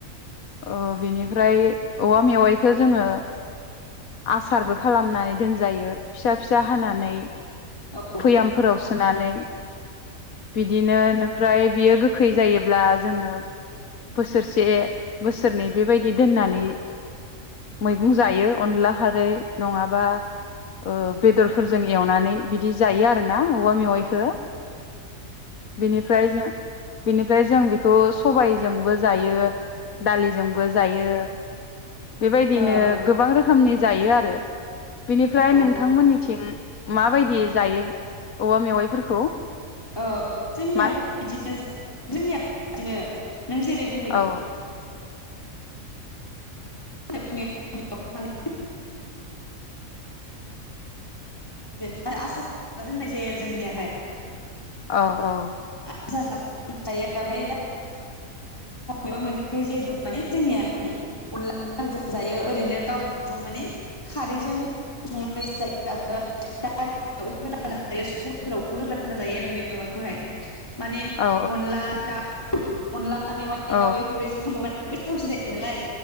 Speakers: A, on the left; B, on the left.
A: अ बिनिफ्राय औवा मेवाइखौ जोंङो आसारबो खालामनानै दोनजायो। फिसा फिसा हानानै
B: औ
A: फयामफोराव सोनानै बिदिनो फ्राय बियो गोख गोखै जायोब्ला जोंङो बोसोरसे बोसोरनै बेबायदि दोननानै मैगं जायो अनला खारै नंङाबा ओ बेदरफोरजों एवनानै बिदि जायो आरोना औवा मेवाइखो। बिनिफ्राय जों बेनिफ्राय जों बेखौ सबायजोंबो जायो दालिजोंबो जायो। बेबायदिनो
B: ओ
A: गोबां रोखोमनि जायो आरो। बिनिफ्राय
B: औ
A: नोंथांमोननिथिं माबायदि जायो औवा मेवाइफोरखौ?
B: औ जोंनियाबो
A: मा
B: बिदिनो जोंनियाबो बिदिनो। नों जेरै बुंदों
A: औ
B: बेदिनो आरो माने। <inaudible> आसार खालामना दोननाय जायो आरो जोंनियाहाय।
A: औ-औ
B: आसा खालाम जायो ओमफ्राय दा मोनखायो जिहेथु माने जोंनिया माने अनलाजों जायो ओरैनो गावानिया माने खारैजों संनाय जायो आरो दालिफोर जायो सबायफोरावबो होलाना जायो आरो माखौहाय माने
A: औ
B: अनला दाव अनला <unintelligible> थावसि
A: औ
B: जायो नालाय